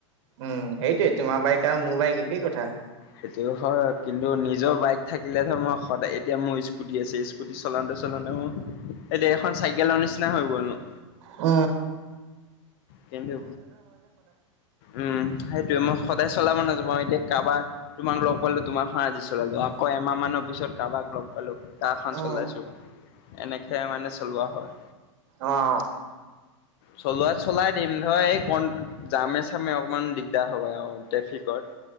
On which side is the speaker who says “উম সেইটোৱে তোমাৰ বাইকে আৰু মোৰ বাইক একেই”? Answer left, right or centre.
Right